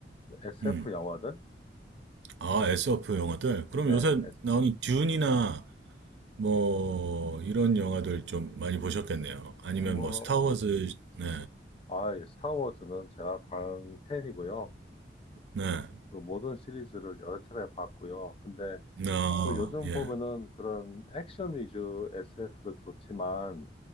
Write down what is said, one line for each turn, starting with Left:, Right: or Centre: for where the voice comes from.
Left: SF
Right: 음.
Left: 영화들?
Right: 아, SF 영화들. 그럼
Left: 네.
Right: 요새
Left: 에스-
Right: 나오는 듄이나 뭐, 이런 영화들 좀 많이 보셨겠네요. 아니면
Left: 뭐,
Right: 뭐, 스타워즈, 네.
Left: 아, 예, 스타워즈는 제가 광팬이고요.
Right: 네.
Left: 그 모든 시리즈를 여러 차례 봤고요. 근데
Right: 어,
Left: 또 요즘
Right: 예.
Left: 보면은 그런 액션 위주 SF도 좋지만,